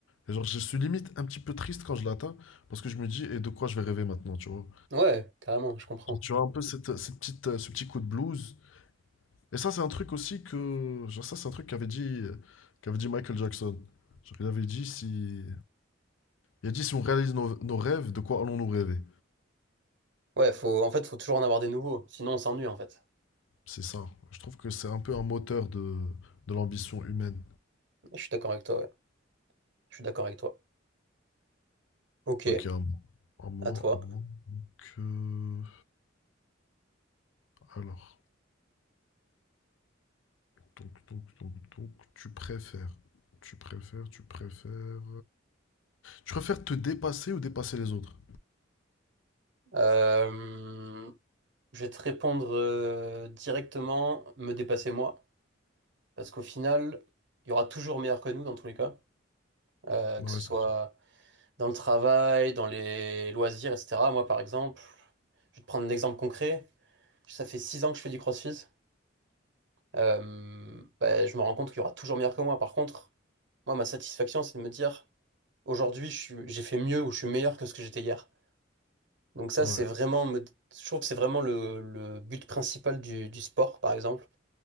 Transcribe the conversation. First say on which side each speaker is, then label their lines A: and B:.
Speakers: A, on the left (about 80°); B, on the right (about 65°).
A: Et genre, je suis limite un petit peu triste quand je l'atteins parce que je me dis, et de quoi je vais rêver maintenant, tu vois?
B: Ouais, carrément, je comprends.
A: Genre, tu vois un peu cette, cette petite, euh, ce petit coup de blues Et ça, c'est un truc aussi que. Genre, ça, c'est un truc qu'avait dit, euh, qu'avait dit Michael Jackson. Genre, il avait dit si. Il a dit si on réalise nos, nos rêves, de quoi allons-nous rêver?
B: Ouais, faut, en fait, faut toujours en avoir des nouveaux, sinon on s'ennuie en fait.
A: C'est ça. Je trouve que c'est un peu un moteur de, de l'ambition humaine.
B: Je suis d'accord avec toi, ouais. Je suis d'accord avec toi. Ok,
A: Ok, à, mo- à moi,
B: à toi.
A: à moi que. Alors. Donc, donc, donc, donc, tu préfères. Tu préfères, tu préfères. Tu préfères te dépasser ou dépasser les autres?
B: Euh, je vais te répondre euh, directement, me dépasser moi, parce qu'au final, il y aura toujours meilleur que nous dans tous les cas, Euh,
A: Ouais,
B: que ce
A: c'est-
B: soit dans le travail, dans les loisirs, etc. Moi, par exemple, je vais te prendre un exemple concret. Ça fait six ans que je fais du CrossFit. Euh, bah, je me rends compte qu'il y aura toujours meilleur que moi. Par contre, moi, ma satisfaction, c'est de me dire Aujourd'hui, je suis- j'ai fait mieux ou je suis meilleur que ce que j'étais hier. Donc ça,
A: ouais,
B: c'est vraiment, me- je trouve que c'est vraiment le, le but principal du, du sport, par exemple,